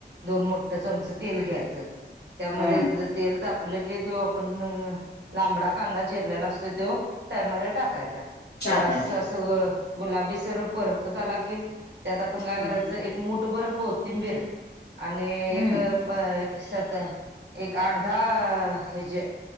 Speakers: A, on the right; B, on the left.
A: दोन मोठ चमच तेल घ्यायचं. त्यामध्ये
B: हा
A: तेल ताप ल की जो आपण लांबडा कांदा चीरलेला असतो तो त्यामध्ये टाकायचा.
B: टाकायचा
A: जरास असं गुलाबी सरळ परतत आला की त्यात आपण काय
B: हम्म
A: करायचं एक मूठ भर कोथिंबीर आणि
B: हम्म
A: एक प तसत एक आठ दहा हेजे.